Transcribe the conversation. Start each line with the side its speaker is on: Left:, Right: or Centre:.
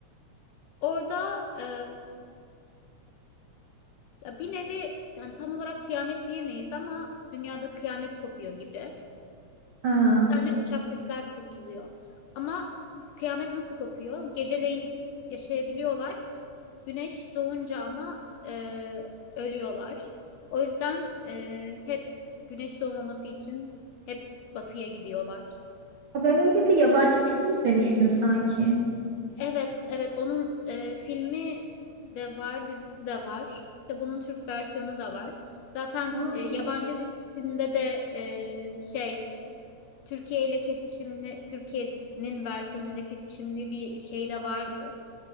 Left: Orada e, ya bir nevi yani tam olarak kıyamet diyemeyiz ama dünyada kıyamet kopuyor gibi.
Right: Aa,
Left: tane uçaktakiler kurtuluyor. Ama kıyamet nasıl kopuyor? Geceleyin yaşayabiliyorlar. Güneş doğunca ama e, ölüyorlar. O yüzden e, hep güneş doğmaması için hep batıya gidiyorlar.
Right: ben öyle bir yabancı film izlemiştim sanki.
Left: Evet, evet onun e, filmi de var, dizisi de var. İşte bunun Türk versiyonu da var. Zaten
Right: Hı,
Left: e, yabancı dizisinde de e, şey Türkiye ile kesişimli, Türkiye'nin versiyonuyla kesişimli bir şey de vardı.